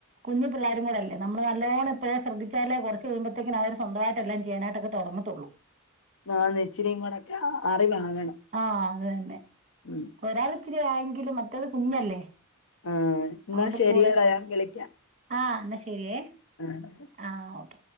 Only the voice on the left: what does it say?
ആന്നേ ഇച്ചിരിം കൂടൊക്കെ ആവ് അറിവാകണം
ഉം.
ആഹ് എന്നാ
ശരിയെട
ഞാൻ വിളിക്കാം
അഹ്